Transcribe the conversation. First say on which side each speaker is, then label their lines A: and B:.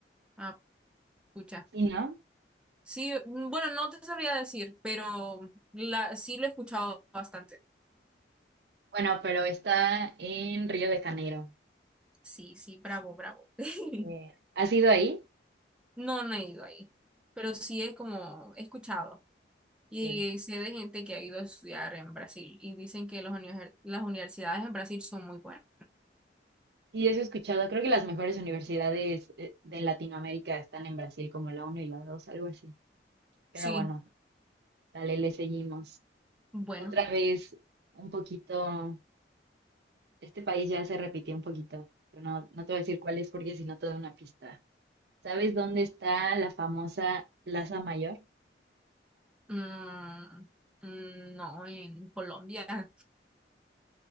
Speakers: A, in the centre; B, on the right.
A: Ah, pucha.
B: ¿Sí, no?
A: Sí, mm, bueno, no te sabría decir, pero la, sí lo he escuchado bastante.
B: Bueno, pero está en Río de Janeiro.
A: Sí, sí, bravo, bravo. <laughs>
B: Eh, ¿has ido ahí?
A: No, no he ido ahí, pero sí es como he escuchado. Y
B: Sí.
A: sé de gente que ha ido a estudiar en Brasil y dicen que los univer- las universidades en Brasil son muy buenas.
B: Sí, eso he escuchado. Creo que las mejores universidades eh, de Latinoamérica están en Brasil, como la uno y la 2, algo así. Pero
A: Sí,
B: bueno, dale, le seguimos.
A: bueno,
B: Otra vez, un poquito, este país ya se repitió un poquito, pero no, no te voy a decir cuál es porque si no te doy una pista. ¿Sabes dónde está la famosa Plaza Mayor?
A: mm, mm, no, en Colombia